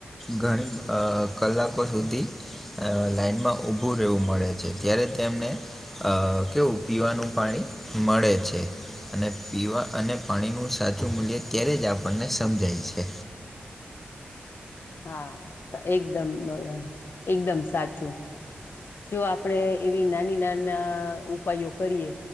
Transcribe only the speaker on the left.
હા એકદમ બા એકદમ સાચું. જો આપણેે એવી નાની નાના ઉપાયો કરીએ